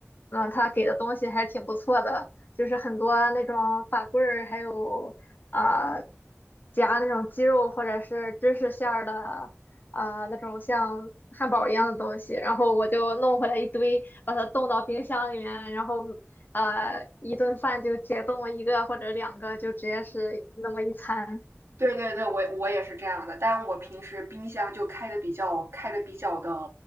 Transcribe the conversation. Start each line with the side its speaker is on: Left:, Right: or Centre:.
Left: 嗯，它给的东西还挺不错的，就是很多那种法棍儿，还有呃夹那种鸡肉或者是芝士馅儿的，啊、那种像汉堡一样的东西，然后我就弄回来一堆，把它冻到冰箱里面，然后呃一顿饭就解冻一个或者两个，就直接是那么一餐。
Right: 对对对，我我也是这样的，但我平时冰箱就开的比较开的比较的，